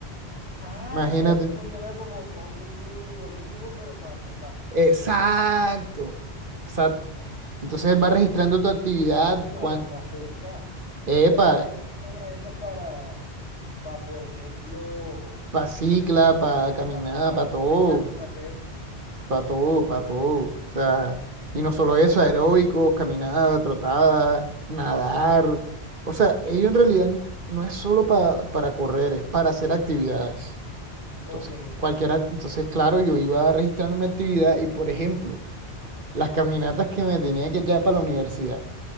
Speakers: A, on the left; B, on the right.
A: Ah,
B: Imagínate.
A: o sea, eso funciona como ponle tu Duolingo, pero para trotar.
B: Exacto. Exacto.
A: Ujú.
B: Entonces él va registrando tu actividad,
A: Oye, me
B: cuán,
A: va a tocar hacer esa. Eh,
B: epa,
A: ¿Será que hay vaina de esas para, para, por ejemplo,
B: para cicla, para caminada,
A: para, para,
B: para todo,
A: exacto, para hacer ejercicio?
B: para todo, para todo. O sea, y no solo eso,
A: Ujú.
B: aeróbicos, caminada, trotada, nadar. O sea, ello en realidad no es solo pa- para correr, es para hacer actividades. Entonces,
A: Ok.
B: cualquiera, entonces, claro, yo iba registrando mi actividad y, por ejemplo, las caminatas que me tenía que echar para la universidad.